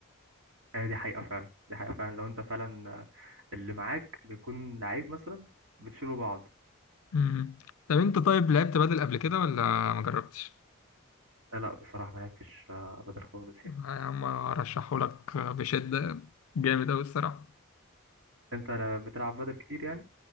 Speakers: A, on the right (about 70°); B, on the left (about 85°).
A: هي دي حقيقه فعلا دي حقيقه فعلا لو انت فعلا آه، اللي معاك بيكون لعيب مثلا بتشيلوا بعض
B: مم. طب انت طيب لعبت بدل قبل كده ولا ما جربتش؟
A: آه، لا بصراحه ما لعبتش آه، بدل خالص يعني
B: يا عم ارشحه لك بشدة جامد اوي الصراحة
A: انت لا بتلعب بدل كتير يعني